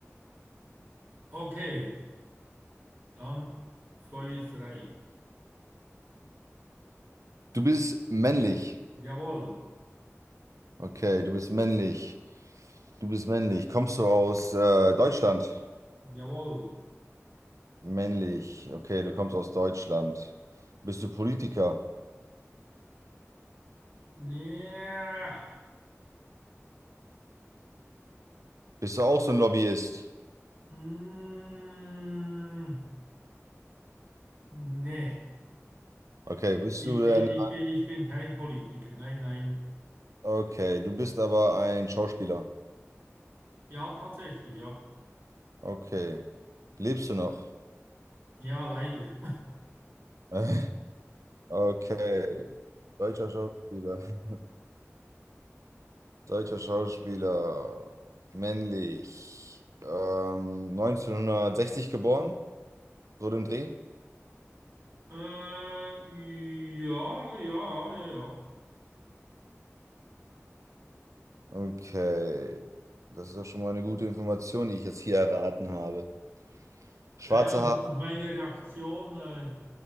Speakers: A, on the right; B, on the right.
A: Okay, dann Feuer frei.
B: Du bist männlich.
A: Jawohl,
B: Okay, du bist männlich. Du bist männlich. Kommst du aus äh, Deutschland?
A: jawohl.
B: Männlich. Okay, du kommst aus Deutschland. Bist du Politiker?
A: Ja.
B: Bist du auch so ein Lobbyist?
A: Mm, nee,
B: Okay, bist
A: ich
B: du denn...
A: bin, ich bin, ich bin kein Politiker. Nein, nein.
B: Okay, du bist aber ein Schauspieler.
A: Ja, tatsächlich, ja.
B: Okay. Lebst du noch?
A: Ja, leider.
B: <laughs> Okay. Deutscher Schauspieler. <laughs> Deutscher Schauspieler, männlich, ähm, 1960 geboren, so dem Dreh.
A: Äh, ja, ja, ja, ja.
B: Okay, das ist ja schon mal eine gute Information, die ich jetzt hier erraten habe. Schwarze
A: Ja, ja, ja,
B: Haare,
A: und und meine Reaktion, äh,